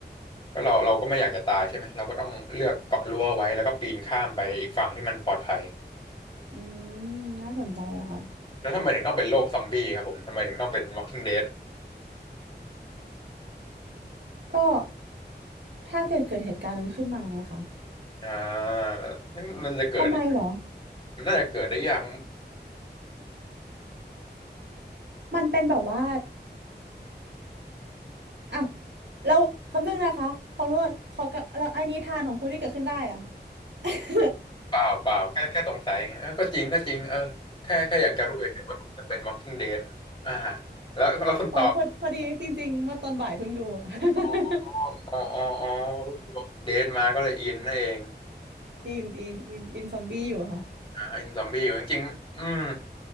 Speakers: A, on the left; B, on the right.
A: ก็เราเราก็ไม่อยากจะตายใช่ไหมเราก็ต้องเลือกเกาะรั้วไว้ แล้วก็ปีนข้ามไปอีกฝั่งที่มันปลอดภัย
B: อืมน่าสนใจค่ะ
A: แล้วทำไมถึงต้องเป็นโรคซอมบี้ครับผมทำไมถึงต้องเป็น Walking Dead
B: ก็ถ้าเกิดเกิดเหตุการณ์นั้นขึ้นมาไงคะ
A: อ่านั่นมันจะเกิด
B: ทำไมเหรอ
A: มันน่าจะเกิดได้ยาก
B: มันเป็นแบบว่าอ้าวเราคำนึงนะคะขอโทษขอกับเราไอ้นิทานของคุณที่เกิดขึ้นได้อะ <laughs>
A: เปล่าเปล่าแค่แค่สงสัยไงเออก็จริงก็จริงเออแค่แค่อยากจะรู้เฉยๆว่าทำไมต้องเป็น Walking Dead อ่าแล้วแล้วคุณตอบ
B: อ๋อพอพอดีจริงๆเมื่อตอนบ่ายเพิ่งดูค่ะ
A: อ๋อ
B: <laughs>
A: อ๋ออ๋ออ๋อ Walking Dead มาก็เลยอินนั่นเอง
B: อินอินอินอินซอมบี้อยู่ค่ะ
A: อ่าอินซอมบี้อยู่จริงๆอืม